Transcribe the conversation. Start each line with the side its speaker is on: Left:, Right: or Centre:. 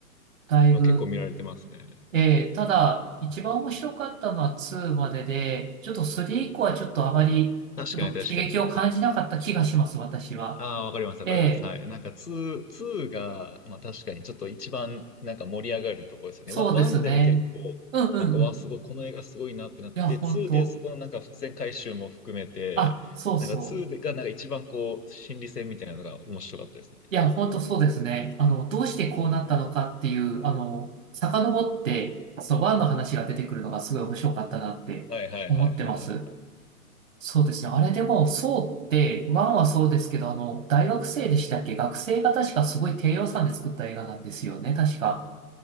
Right: だいぶ。
Left: あ、結構見られてますね。
Right: ええただ、一番面白かったのは2までで、ちょっと3以降はちょっとあまり、
Left: 確かに確かに。
Right: ちょっと刺激を感じなかった気がします、
Left: はい。
Right: 私は。
Left: ああ、わかりますわかります。
Right: ええ
Left: はい。なんか2、ツーが、まあ確かにちょっと一番なんか盛り上がるところですよね。
Right: そうですね。
Left: ワ1でも結構、
Right: うんうんうん。
Left: なんかわあ、すごい、この映画すごいなってなって、
Right: いや、本当。
Left: 2でそこのなんか伏線回収も含めて、
Right: あ、そうそう。
Left: なんか2でがなんか一番こう、心理戦みたいなのが面白かったですね。
Right: いや、本当そうですね。あの、どうしてこうなったのかっていう、あの、遡って、そのワンの話が出てくるのがすごい面白かったなって思ってます。
Left: はいはいはいはいはい。
Right: そうですね。あれでも、そうって、ワンはそうですけど、あの、大学生でしたっけ学生が確かすごい低予算で作った映画なんですよね、確か。